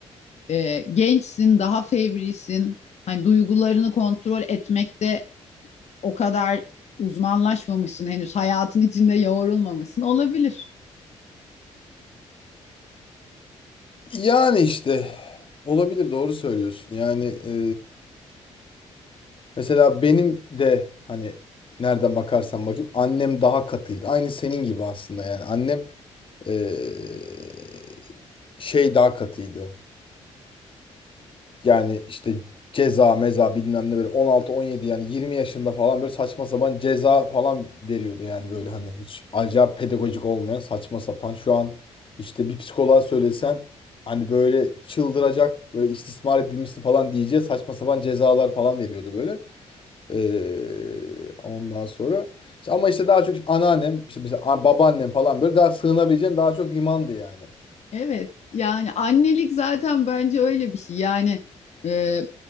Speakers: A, on the left; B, on the left.
A: e, gençsin, daha fevrisin. Hani duygularını kontrol etmekte o kadar uzmanlaşmamışsın henüz hayatın içinde yoğrulmamışsın olabilir.
B: Yani işte olabilir doğru söylüyorsun. Yani e, Mesela benim de hani nereden bakarsan bakayım annem daha katıydı. Aynı senin gibi aslında yani. Annem eee, şey daha katıydı. Yani işte ceza meza bilmem ne böyle 16-17 yani 20 yaşında falan böyle saçma sapan ceza falan veriyordu yani böyle hani hiç acayip pedagojik olmayan saçma sapan. Şu an işte bir psikoloğa söylesen hani böyle çıldıracak böyle istismar edilmişti falan diyeceği saçma sapan cezalar falan veriyordu böyle. Ee, ondan sonra işte ama işte daha çok işte anneannem işte mesela a- babaannem falan böyle daha sığınabileceğin daha çok limandı yani.
A: Evet yani annelik zaten bence öyle bir şey yani e,